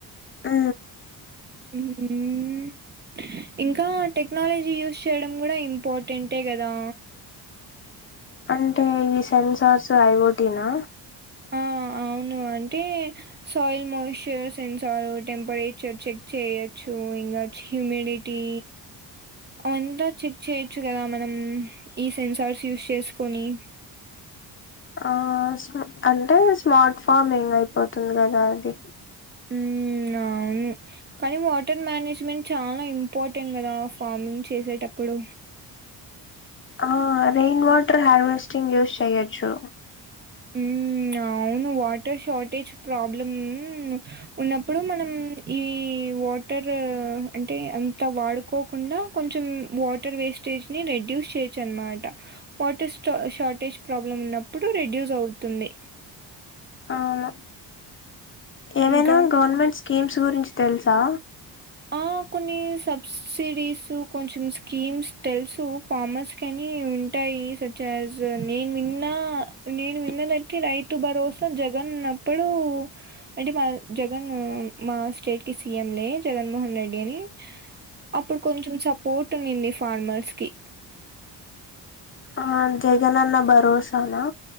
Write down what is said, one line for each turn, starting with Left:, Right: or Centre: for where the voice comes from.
Left: ఆ
Right: ఉహ్మ్ ఇంకా టెక్నాలజీ యూజ్ చేయడం గుడా ఇంపార్టెంటే గదా
Left: అంటే ఇ సెన్సార్స్ ఐవోటీనా
Right: అ అవును అంటే సాయిల్ మాయిశ్చర్ సెన్స్ తారు టెంపరేచర్ చెక్ చేయచ్చు ఇంగా చ్చిమినిటీ అంత చెక్ చెయి చు కద మనం ఈ సెన్సార్స్ యూజ్ చేసుకొని
Left: ఆ సా అంటే స్మార్ట్ ఫామింగ్ అయిపోతుంది కదా అది
Right: ఉమ్ అవును కానీ వాటర్ మనేజ్మెంట్ చాలా ఇంపార్టెంట్ కదా ఫార్మింగ్ చేసేటప్పుడు
Left: ఆ రెయిన్ వాటర్ హార్వెస్టింగ్ యూజ్ చెయొచ్చు
Right: ఉమ్మ్ అవును వాటర్ షార్టేజ్ ప్రాబ్లమ్ ఉన్నప్పుడు మనం మ్ ఈ వాటర్ అంటే అంత వాడుకోకుండా కొంచెం వాటర్ వే ఇ స్టేజిని రెడ్యూస్ చేయచ్చనమాట వాటర్ స్ట్ షార్టెజ్ ప్రాబ్లమ్ ఉన్నప్పుడు రెడ్యూస్ యూజ్ అవుతుంది
Left: అవును ఏవైనా
Right: ఇంకా
Left: గవర్నమెంట్ స్కీమ్స్ గురించి తెలుసా
Right: ఆ కొన్ని సబ్సిడీస్ కొంచెం స్కీమ్స్ తెలుసు ఫార్మర్స్ కని ఇ ఉంటాయి సచ్ హాస్ నేను వి నా నేను విన్నదైతె రైతు భరోసా జగన్ ఉన్నప్పుడు అంటే మాగ్ జగను మా స్టేట్కి సీఎంలే జగన్మోహన్ రెడ్డి అని అప్పుడు కొంచెం సపోర్ట్ ఉ నింది ఫార్మర్స్ కి
Left: ఆ జగనన్న బరోసానా